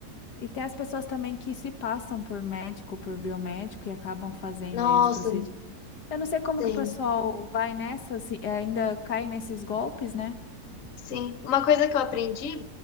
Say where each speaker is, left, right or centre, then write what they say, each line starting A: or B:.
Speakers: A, on the left (about 90°); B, on the left (about 60°).
A: E tem as pessoas também que se passam por médico, por biomédico e acabam fazendo
B: Nossa.
A: aí os procedimentos. Eu não sei como
B: Tem,
A: que o pessoal vai nessa, se ainda cai nesses golpes, né?
B: sim. Uma coisa que eu aprendi